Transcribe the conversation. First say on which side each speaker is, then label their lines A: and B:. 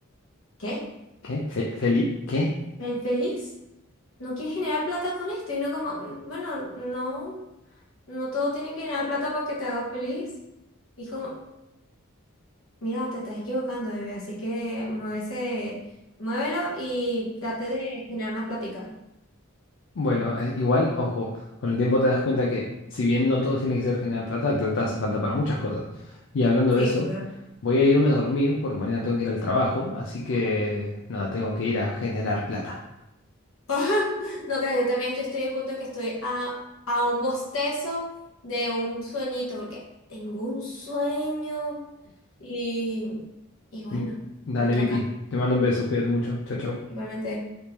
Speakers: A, on the left (about 75°); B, on the left (about 60°).
A: ¿qué?
B: ¿Qué? Fe- ¿Feli? ¿Qué?
A: ¿El feliz? no quieres generar plata con esto y no como, "N- bueno, no, no todo tiene que generar plata para que te haga feliz. Y como, mira, te estás equivocando, bebé, así que muévese, muévelo y trate de generar más plática.
B: Bueno, eh, igual, ojo, con el tiempo te das cuenta que si bien no todo tiene que ser generar plata, la plata hace falta para muchas cosas. Y hablando
A: Sí,
B: de eso,
A: total.
B: voy a irme a dormir porque mañana tengo que ir al trabajo, así que nada, tengo que ir a generar plata.
A: <laughs> No, claro, yo también yo estoy en un punto que estoy a, a un bostezo de un sueñito, porque tengo un sueño y, y bueno,
B: Mm, Dale,
A: me toca
B: Vicky. Te mando un beso. Cuídate mucho. Chao, chao.
A: igualmente.